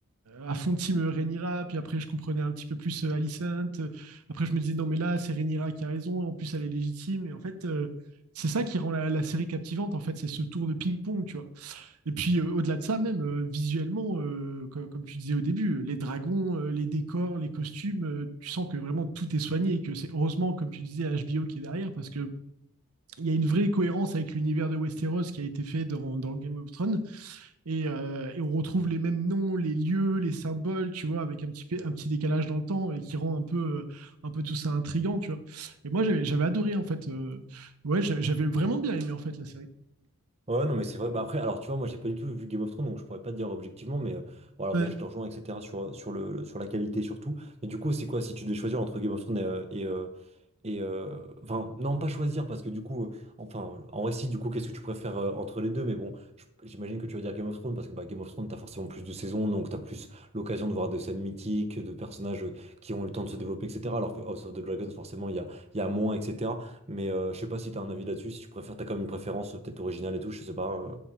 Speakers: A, on the right; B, on the right.
A: à fond team Rhaenyra, puis après, je comprenais un petit peu plus euh, Alicent. Après, je me disais, non, mais là, c'est Rhaenyra qui a raison, en plus, elle est légitime. Et en fait, Euh, c'est ça qui rend la, la, série captivante, en fait, c'est ce tour de ping-pong, tu vois. Et puis, euh, au-delà de ça, même euh, visuellement, euh, com comme, tu disais au début, les dragons, euh, les décors, les costumes, euh, tu sens que vraiment tout est soigné et que c'est heureusement, comme tu disais, HBO qui est derrière, parce que il y a une vraie cohérence avec l'univers de Westeros qui a été fait dans, dans Game of Thrones et, euh, et, on retrouve les mêmes noms, les lieux, les symboles, tu vois, avec un petit, un petit décalage dans le temps et qui rend un peu, euh, un peu tout ça intrigant, tu vois. Et moi, j'avais j'avais adoré en fait. Euh, ouais, j'avais j'avais vraiment bien aimé en fait la série.
B: Ouais, non, mais c'est vrai. Bah, après, alors tu vois, moi j'ai pas du tout vu Game of Thrones, donc je pourrais pas te dire objectivement, mais euh, bon, alors
A: Ouais.
B: déjà je te rejoins, etc., sur, sur, le, sur la qualité surtout. Mais du coup, c'est quoi si tu devais choisir entre Game of Thrones et, et euh, enfin, non, pas choisir, parce que du coup, euh, enfin, en récit, du coup, qu'est-ce que tu préfères euh, entre les deux? Mais bon, je- j'imagine que tu vas dire Game of Thrones, parce que bah, Game of Thrones, t'as forcément plus de saisons, donc t'as plus l'occasion de voir des scènes mythiques, de personnages euh, qui ont le temps de se développer, etc. Alors que House of the Dragons, forcément, il y a, il y a moins, etc. Mais euh, je sais pas si t'as un avis là-dessus, si tu préfères, t'as quand même une préférence euh, peut-être originale et tout, je sais pas. euh.